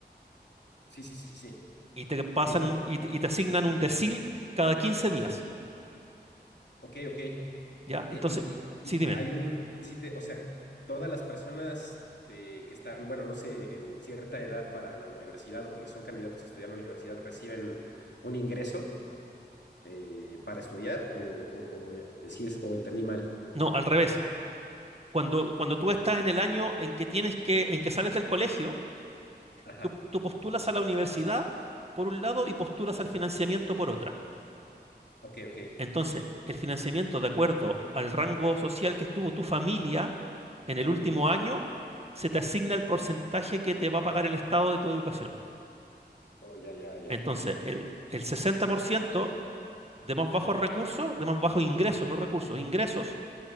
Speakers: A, on the left; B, on the right.
A: sí, sí, sí, sí.
B: y te pasan
A: Eh,
B: un- y, te y te asignan un decil cada 15 días,
A: ok, ok. Eh,
B: ¿ya? Entonces,
A: y, y
B: sí, dime.
A: hay un, sí te, o sea, todas las personas de- que están, bueno, no sé, en cierta edad para la universidad o que son candidatos a estudiar la universidad reciben un ingreso eh, para estudiar o, o, o, eh, si es, o entendí mal.
B: No, al revés. Cuando, cuando tú estás en el año en que tienes que, en que sales del colegio,
A: Ajá,
B: tú, tú postulas a la universidad por un lado y postulas al financiamiento por otra.
A: ok, ok.
B: Entonces, el financiamiento de acuerdo al rango social que estuvo tu familia en el
A: Ah,
B: último
A: ok.
B: año, se te asigna el porcentaje que te va a pagar el Estado de tu educación.
A: Oh, ya, ya, ya.
B: Entonces, el, el 60% de más bajos recursos, de más bajos ingresos, no recursos, ingresos,